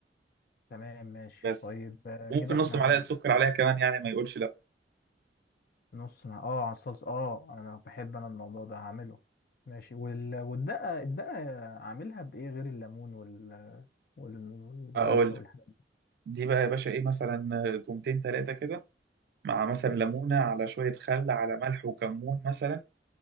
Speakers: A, on the left (about 55°); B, on the right (about 60°).
A: تمام ماشي
B: بس
A: طيب آه،
B: ممكن
A: كده احنا
B: نص معلقه سكر عليها كمان يعني ما يقولش لا
A: نص مع اه على الصلصة اه انا بحب انا الموضوع ده هعمله ماشي وال... والدقة الدقة عاملها بايه غير الليمون وال... والملح
B: اقول
A: والحاجات
B: لك. دي بقى يا باشا ايه مثلا آه، تومتين تلاتة كده مع مثلا
A: دي
B: ليمونه على شويه خل على ملح وكمون مثلا